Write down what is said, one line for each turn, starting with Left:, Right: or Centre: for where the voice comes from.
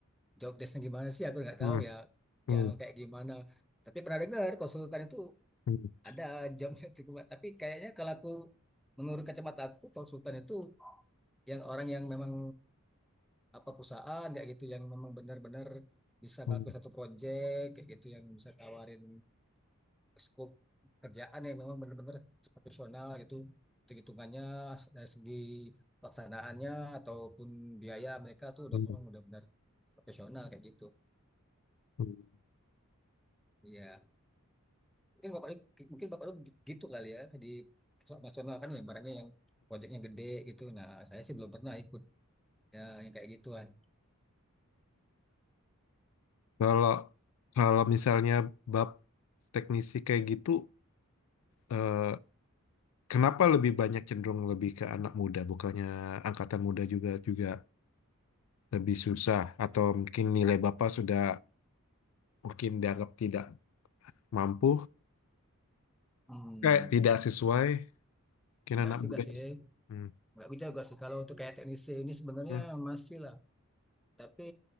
Centre: job desknya gimana sih? Aku nggak
Left: hmm,
Centre: tahu ya,
Left: hmm,
Centre: yang kayak gimana. Tapi pernah dengar konsultan itu
Left: hmm,
Centre: ada jobnya <laughs> itu. Tapi kayaknya kalau aku menurut kacamata aku konsultan itu yang orang yang memang apa perusahaan kayak gitu, yang memang benar-benar bisa
Left: hmm,
Centre: ngaku
Left: hmm,
Centre: satu proyek kayak gitu, yang bisa tawarin skop kerjaan yang memang benar-benar profesional gitu hitung-hitungannya dari segi pelaksanaannya ataupun biaya mereka tuh udah
Left: hmm,
Centre: memang udah benar profesional kayak gitu
Left: hmm.
Centre: iya mungkin bapak mungkin bapak lu gitu kali ya di perusahaan nasional kan yang barangnya yang proyeknya gede gitu nah saya sih belum pernah ikut ya yang kayak gituan
Left: Kalau kalau misalnya bab teknisi kayak gitu, eh, kenapa lebih banyak cenderung lebih ke anak muda, bukannya angkatan muda juga juga lebih susah atau mungkin nilai Bapak sudah mungkin dianggap tidak mampu
Centre: hmm
Left: Kayak tidak sesuai kira
Centre: enggak
Left: anak
Centre: sih
Left: muda.
Centre: enggak sih
Left: Hmm,
Centre: enggak bisa juga sih kalau untuk kayak teknisi ini sebenarnya
Left: hmm,
Centre: masih lah tapi